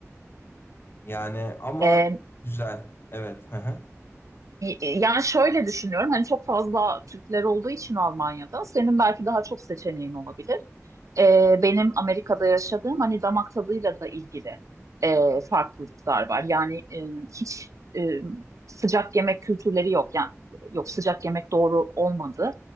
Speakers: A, on the left; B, on the right.
A: Yani ama
B: Ee,
A: güzel. Evet. <laughs>
B: Yani şöyle düşünüyorum hani çok fazla Türkler olduğu için Almanya'da senin belki daha çok seçeneğin olabilir. Ee, benim Amerika'da yaşadığım hani damak tadıyla da ilgili e, farklılıklar var. Yani e, hiç e, sıcak yemek kültürleri yok. Yani yok sıcak yemek doğru olmadı.